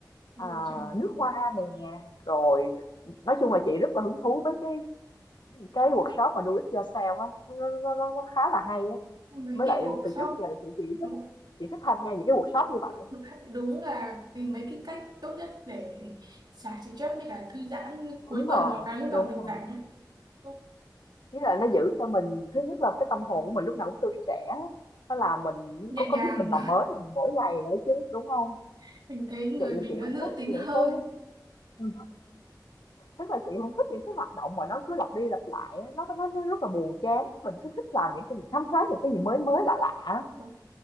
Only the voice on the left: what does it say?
à,
nước hoa nè, rồi nói chung là chị rất là hứng thú với cái cái workshop mà Do It Yourself á, nó nó nó nó khá là hay á.
mới
lại
từ trước giờ là chị chị
thích chị thích tham gia những cái workshop như vậy á.
Đúng
rồi,
đúng
rồi.
chứ lại nó giữ cho mình thứ nhất là cái tâm hồn của mình lúc nào cũng tươi trẻ, nó làm mình
có có
giúp mình làm mới mình mỗi ngày nữa chứ, đúng không?
Chị
là chị
không
thích
những
cái ừ, tức là chị không thích những cái hoạt động mà nó cứ lặp đi lặp lại á, nó nó nó rất là buồn chán, mình cứ thích làm những cái gì khám phá những cái gì mới mới lạ lạ.